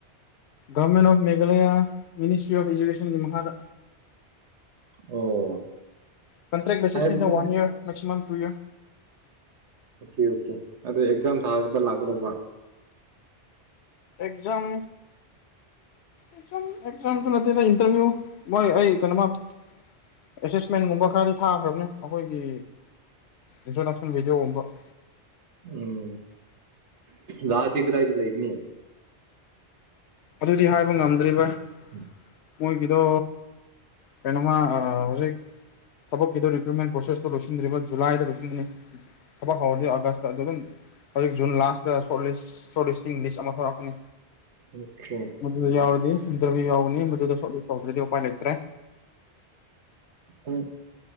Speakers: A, on the left; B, on the right.
A: government of Meghalaya ministry of ꯏꯖꯨꯀꯦꯁꯟꯒꯤ ꯃꯈꯥꯗ
B: ꯑꯣ
A: ꯀꯟꯇ꯭ꯔꯦ ꯕꯦꯁꯤꯁ
B: ꯍꯥꯏꯕꯗꯤ
A: ꯅꯤꯗ ꯋꯥꯟ ꯏꯔ ꯃꯦꯛꯃ ꯇꯨ ꯌꯔ
B: ꯑꯣꯀꯦ ꯑꯣꯀꯦ ꯑꯗꯨ ꯑꯦꯛꯖꯥꯝ ꯊꯥꯕ ꯂꯥꯛꯀꯗꯧꯕ
A: ꯑꯦꯛꯖꯝ ꯏ ꯀꯩꯅꯣ <unintelligible> ꯑꯦꯁꯦꯁꯃꯦꯟꯒꯨꯝꯕ ꯈꯔꯗꯤ ꯊꯥꯈ꯭ꯔꯕꯅꯦ ꯑꯩꯈꯣꯏꯒꯤ ꯏꯟꯇ꯭ꯔꯣꯗꯛꯁꯟ ꯚꯤꯗꯤꯑꯣꯒꯨꯝꯕ <inaudible>
B: ꯎꯝ ꯂꯥꯛꯇ ꯀꯗꯥꯏꯗ ꯂꯩꯒꯅꯤ
A: ꯑꯗꯨꯗꯤ ꯍꯥꯏꯕ ꯉꯝꯗ꯭ꯔꯤ ꯚꯥꯏ
B: ꯎꯝ
A: ꯃꯣꯏꯒꯤꯗꯣ ꯀꯩꯅꯣꯃ ꯍꯧꯖꯤꯛ ꯊꯕꯛꯀꯤꯗꯣ ꯔꯤꯀ꯭ꯔꯨꯠꯃꯦꯟ ꯄ꯭ꯔꯣꯁꯦꯁꯇ ꯂꯣꯏꯁꯤꯟꯗ꯭ꯔꯤꯕ ꯖꯨꯂꯥꯏꯗ ꯂꯣꯏꯁꯤꯟꯅꯤ ꯊꯕꯛ ꯍꯧꯔꯗꯤ ꯑꯥꯒꯁꯇ ꯑꯗꯨ ꯑꯗꯨꯝ ꯍꯧꯖꯤꯛ ꯖꯨꯟ ꯂꯥꯁꯇ ꯆꯣꯠꯂꯤꯁ ꯏ ꯂꯤꯁ ꯑꯃ ꯊꯣꯛꯔꯛꯀꯅꯤ
B: ꯑꯣꯀꯦ
A: ꯃꯗꯨꯗ ꯌꯥꯎꯔꯗꯤ ꯏꯟꯇꯔꯚꯤꯌꯨ ꯌꯥꯎꯒꯅꯤ ꯃꯗꯨꯗ ꯁꯣꯔꯠ ꯂꯤꯁ ꯇꯧꯗ꯭ꯔꯗꯤ ꯎꯄꯥꯏ ꯂꯩꯇ꯭ꯔꯦ
B: ꯎꯝ